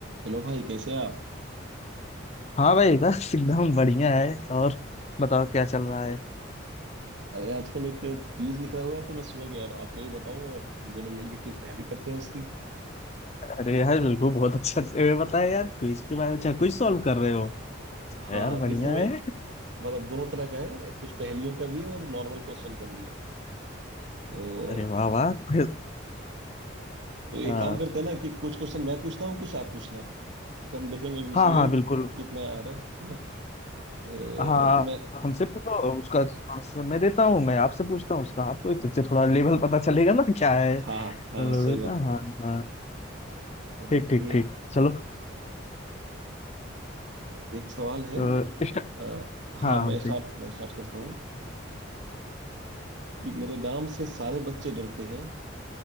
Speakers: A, on the right; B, on the left.
A: Hello भाई कैसे हैं आप
B: हाँ भाई बस एकदम बढ़िया है और बताओ क्या चल रहा है
A: अरे आजकल एक क्यूज निकला हुआ है तो मैं सोचा कि यार आपको ही बताऊं और हम दोनों मिलके कुछ तैयारी करते हैं उसकी
B: अरे यार बिल्कुल बहुत अच्छा ये बताया यार क्विज के बारे में अच्छा क्विज सॉल्व कर रहे हो
A: हाँ
B: यार
A: हाँ तो
B: बढ़िया
A: इसमें
B: है
A: मतलब दोनों तरह का है कुछ पहेलियों का भी है और नॉर्मल क्वेश्चन का भी है तो
B: अरे वाह वाह quiz-
A: तो एक
B: हाँ
A: काम करते हैं ना कि कुछ क्वेश्चन मैं पूछता हूँ कुछ आप पूछना तो हम देखेंगे एक दूसरे
B: हाँ हाँ
A: का
B: बिल्कुल
A: कि कितना आ रहा है है ना तो
B: हाँ आप
A: मैं
B: हमसे पूछो उसका आंसर मैं देता हूँ मैं आपसे पूछता हूँ उसका आपको इससे थोड़ा लेवल पता चलेगा ना क्या है
A: हाँ हाँ
B: लोगे
A: सही बात
B: ना
A: है
B: हाँ हाँ
A: तो
B: ठीक ठीक
A: एक
B: ठीक चलो
A: एक सवाल है
B: तो इस-
A: अ, हाँ
B: हाँ
A: मैं स्टार्ट
B: ठीक।
A: मैं स्टार्ट करता हूँ कि मेरे नाम से सारे बच्चे डरते हैं